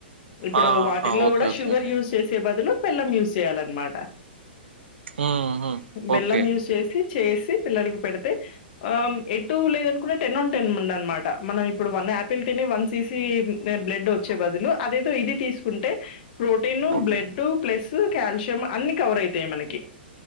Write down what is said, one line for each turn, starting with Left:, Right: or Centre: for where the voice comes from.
Left: ఇప్పుడు
Right: ఆహా
Left: వాటిల్లో
Right: ఓకే
Left: గూడా
Right: ఓకే
Left: షుగర్
Right: అండి
Left: యూస్ చేసే బదులు బెల్లం యూస్ చేయాలన్నమాట
Right: ఉహు
Left: బెల్లం
Right: ఓకే
Left: యూస్ చేసి చేసి పిల్లలకి పెడితే ఆం ఎటూ లేదనుకుంటే టెన్ ఆన్ టెన్ ఉండ్ అనమాట మనం ఇప్పుడు వన్ ఆపిల్ తిని వన్ సి సి బ్లడ్ వచ్చే బదులు అదేదో ఇది తీసుకుంటే ప్రోటీను
Right: ఓకే
Left: బ్లె ప్లస్ కాల్షియం అన్నీ కవర్ అయితాయి మనకి